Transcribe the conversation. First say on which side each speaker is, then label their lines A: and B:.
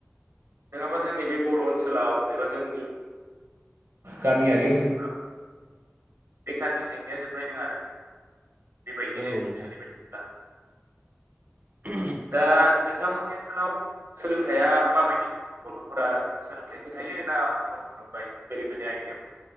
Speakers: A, on the right (about 75°); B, on the right (about 40°).
A: नङाबा जोंनि बे बर' ओनसोलाव एबा जोंनि गामियारि ओनसोल बेखारनि जेंनाया जोबनाय नङा आरो बेबायदिनो
B: औ
A: जुदि
B: नोंथां
A: सोलिबाय थायोब्ला।
B: <inaudible>
A: दा नोंथांमोननि ओनसोलाव सोलोंथाइया माबायदि गथ'फोरा सोलोंथाइजों थायो ना गुबुन ओमफ्राय बेलेग बेलेग आयदायाव